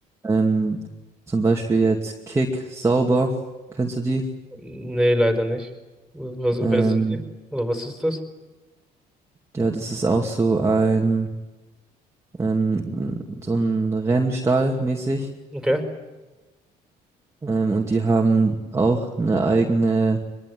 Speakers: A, on the right (about 15°); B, in the centre.
A: Ähm, zum Beispiel jetzt Kick Sauber, kennst du die?
B: Nee, leider nicht. Was,
A: Ähm,
B: wer sind die? Oder was ist das?
A: ja, das ist auch so ein ähm, so ein Rennstall mäßig.
B: Okay.
A: Ähm, und die haben auch eine eigene,